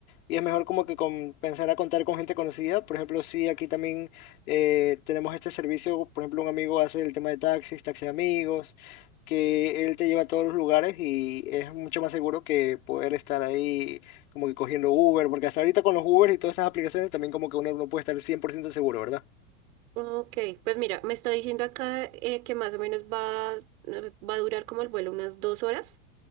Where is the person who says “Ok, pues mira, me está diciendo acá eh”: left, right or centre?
Right